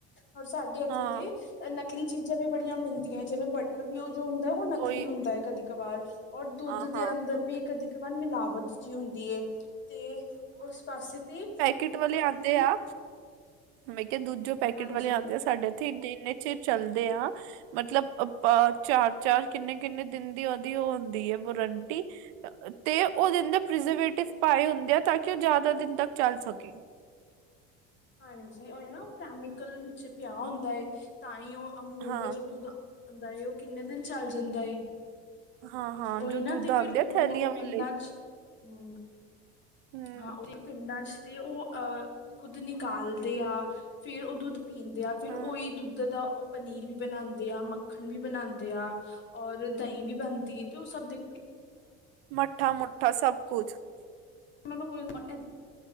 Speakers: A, on the left; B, on the right.
A: ਔਰ ਸਾਡੇ ਇੱਥੇ
B: ਹਾਂ
A: ਤੇ ਨਕਲੀ ਚੀਜ਼ਾਂ ਵੀ ਬੜੀਆਂ ਮਿਲਦੀਆਂ ਜਿਵੇਂ ਬਟਰ ਵੀ ਉਹ ਜੋ ਹੁੰਦਾ ਉਹ ਨਕਲੀ
B: ਉਹੀ
A: ਹੁੰਦਾ ਕਦੀ ਕਬਾਰ ਔਰ ਦੁੱਧ
B: ਹਾਂ
A: ਦੇ
B: ਹਾਂ
A: ਅੰਦਰ
B: ਹਾਂ
A: ਵੀ ਕਦੀ ਕਵਾਰ ਮਿਲਾਵਟ ਜੀ ਹੁੰਦੀ ਐ। ਤੇ ਉਸ ਪਾਸੇ ਤੇ
B: ਕਟ ਵਾਲੇ ਆਉਂਦੇ ਆ, ਮੈਂ ਕਿਹਾ ਦੁੱਧ ਜੋ ਪੈਕੇਟ
A: ਹਾਂਜੀ
B: ਵਾਲੇ ਆਉਂਦੇ ਆ ਸਾਡੇ <unintelligible> ਇੰਨੇ ਚਿਰ ਚੱਲਦੇ ਆ। ਮਤਲਬ ਚਾਰ-ਚਾਰ ਕਿੰਨੇ-ਕਿੰਨੇ ਦਿਨ ਦੀ ਉਹਦੀ ਉਹ ਹੁੰਦੀ ਹੈ ਵਾਰੰਟੀ। ਤੇ ਉਹਦੇ ਅੰਦਰ ਪ੍ਰਜਵੇਟਿਵ ਪਾਏ ਹੁੰਦੇ ਆ ਤਾਂ ਕਿ ਉਹ ਜਾਦਾ ਦਿਨ ਤੱਕ ਚੱਲ ਸਕੇ।
A: ਹਾਂਜੀ ਉਹ ਨਾ ਉਹ ਕੈਮੀਕਲ ਵਿੱਚ ਪਿਆ ਹੁੰਦਾ ਹੈ ਤਾਂ ਹੀ ਉਹ ਅਮੂਲ
B: ਹਾਂ
A: ਦਾ ਜੋ ਦੁੱਧ ਆਂਦਾ ਏ ਉਹ ਕਿੰਨੇ ਦਿਨ ਚੱਲ ਜਾਂਦਾ ਏ।
B: ਹਾਂ ਹਾਂ
A: ਉਹੀ
B: ਜੋ
A: ਨਾ
B: ਦੁੱਧ
A: ਤੇ
B: ਆਉਂਦੇ
A: ਫਿਰ ਉਹ
B: ਆ ਥੈਲੀਆਂ
A: ਪਿੰਡਾਂ
B: ਵਾਲੇ
A: ਚ ਹਾ
B: ਹਮ
A: ਹਾਂ ਉਹ ਪਿੰਡਾਂ ਚ ਤੇ ਉਹ ਅਹ ਖੁੱਦ ਨਿਕਾਲਦੇ ਆ ਫੇਰ ਉਹ ਦੁੱਧ ਪੀਂਦੇ ਆ ਫਿਰ
B: ਹਾਂ
A: ਉਹੀ ਦੁੱਧ ਦਾ ਉਹ ਪਨੀਰ ਵੀ ਬਣਾਉਂਦੇ ਆ, ਮੱਖਣ ਵੀ ਬਣਾਉਂਦੇ ਆ। ਔਰ ਦਹੀਂ ਵੀ ਬਣਦੀ ਤੇ ਉਹ ਸਭ ਦੇ <inaudible>
B: ਮੱਠਾ-ਮੁੱਠਾ ਸਭ ਕੁਝ।
A: ਉਹਨਾਂ ਨੂੰ ਕੋਈ ਨਾ <inaudible>